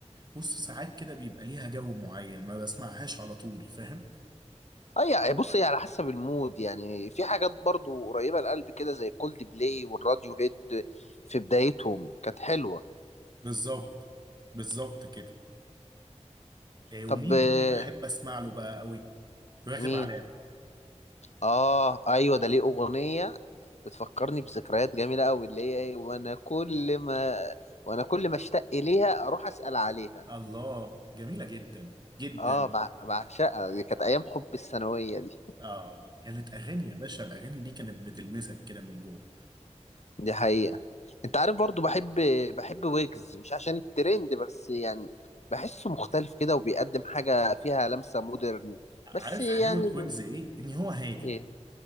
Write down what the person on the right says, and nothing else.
بص ساعات كده بيبقى ليها جو معين ما بسمعهاش على طول فاهم
بالظبط بالظبط كده آه، ومين
تاني بحب أسمع له بقى قوي راغب
علامة
الله جميلة جدا جدا
اه كانت أغاني يا باشا الأغاني دي كانت بتلمسك كده من جوه
عارف
حلاوة
ويجز ايه؟ ان هو هادي